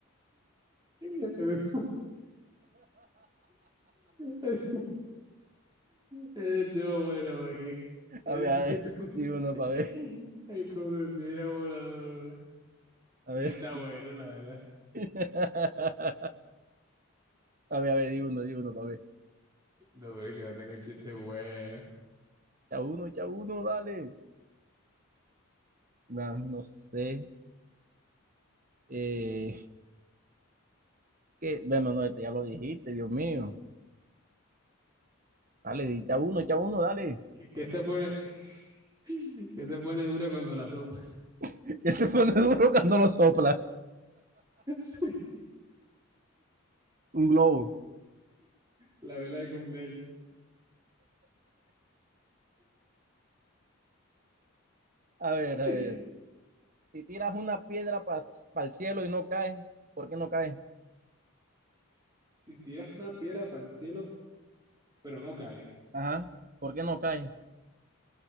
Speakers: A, on the right; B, on the right.
A: Es es- estuvo bueno, maggie. qué.
B: A
A: Ese
B: ver, a ver,
A: estuvo <laughs> como si-
B: di uno para ver.
A: El come piedra volador. güey.
B: A ver.
A: Ese está bueno, la verdad.
B: <laughs> A ver, a ver, di uno, di uno para ver.
A: No, pero es que no tengo chiste bueno.
B: ya uno, ya uno, dale. No, no sé. Eh, que, bueno, no, este ya lo dijiste, Dios mío. Dale, di, echa uno, ya uno, dale.
A: ¿Qué, qué se pone, <laughs> qué se pone dura cuando la sopla?
B: <laughs> Que se pone duro cuando lo sopla.
A: <laughs> Sí.
B: Un globo.
A: La vela de cumpleaños.
B: A ver, a
A: <laughs>
B: ver. Si tiras una piedra para el cielo y no cae, ¿por qué no cae?
A: Si tiras una piedra para el cielo, pero no cae.
B: Ajá, ¿por qué no cae?